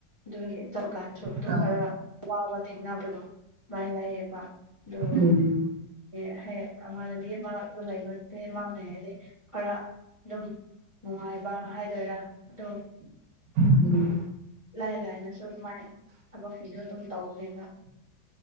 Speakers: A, on the left; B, on the right.
A: ꯑꯗꯨꯒꯤ ꯇꯧꯔꯀꯥꯟꯗꯁꯨ ꯑꯗꯨꯝ
B: ꯑꯧ
A: ꯈꯔ ꯑꯋꯥꯕ ꯊꯦꯡꯅꯕꯗꯣ ꯃꯥꯏ ꯂꯩꯌꯦꯕ ꯑꯗꯨ
B: ꯎꯝ
A: ꯑꯦ ꯍꯌꯦ ꯏꯃꯥꯟꯅꯕꯤ ꯑꯃ ꯑꯗꯨꯣ ꯂꯩꯕꯦ ꯃꯥꯅꯩ ꯍꯥꯏꯗꯤ ꯈꯔ ꯑꯗꯨꯝ ꯅꯨꯡꯉꯥꯏꯕ ꯍꯥꯏꯗꯣꯏꯔꯥ ꯑꯗꯨ
B: ꯎꯝ
A: ꯂꯥꯏ ꯂꯥꯏꯅꯁꯨ ꯑꯗꯨꯃꯥꯏꯅ ꯊꯕꯛꯁꯤꯡꯁꯨ ꯑꯗꯨꯝ ꯇꯧꯅꯧꯕꯅꯤꯕꯥ